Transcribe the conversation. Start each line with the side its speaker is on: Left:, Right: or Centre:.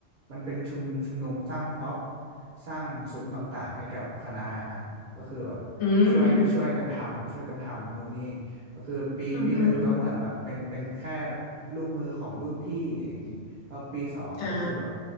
Right: มันเป็นชุมชุมนุมสร้างพร็อพสร้างซุ้มต่างๆให้กับคณะฮะก็คือแบบ
Left: อืม
Right: ช่วยช่วยกันทำช่วยกันทำนู่นนี่ ก็คือปีปีหนึ่งก็เหมือนแบบเป็นเป็นแค่
Left: อือหือ
Right: ลูกมือของรุ่นพี่อย่างนี้แล้วปีสองก็คือแบบ
Left: อ่า